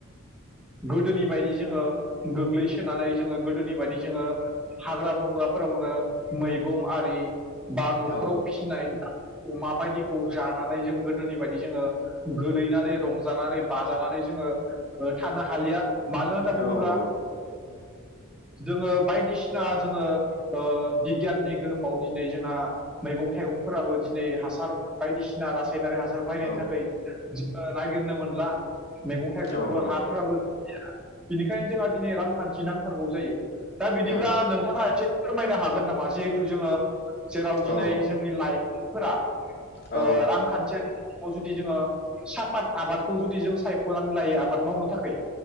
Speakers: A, in the centre; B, on the left.
A: गोदोनि बायदि जोङो गोग्लैसोनानै जोङो गोदोनि बायदि जोङो हाग्रा बंग्राफोरावनो मैगं आरि बा न'खराव
B: औ
A: फिसिनाय अमा बायदिखौ जानानै जों गोदोनि बेफोरबादि जोङो गोलैनानै रंजानानै बाजानानै जोङो थानो हालिया मानो होनना
B: औ
A: बुङोब्ला
B: <inaudible>
A: जोङो बायदिसिना जोङो बिगियाननि गोहोमाव दिनै जोंहा मैगं थाइगंफोराबो दिनै हासार बायदिसिना रासायनारि हासार बायनायनि
B: औ
A: थाखाय जोङो नागिरनो मोनला मैगं थाइगंबो
B: औ औ
A: हाफोराबो बिनिखायनो जोंहा दिनै रांखान्थि नांथारगौ जायो दा बिदिब्ला
B: उम
A: नोंथाङा एसे फोरमायनो हागोन नामा जिहेथु जोङो जेराव दिनै
B: औ
A: जोंनि लाइमोनफोरा
B: औ
A: ओ रांखान्थियारि जुदि जोङो सापात आबादखौ जुदि जों सायख'नानै लायो आबाद मावनो थाखै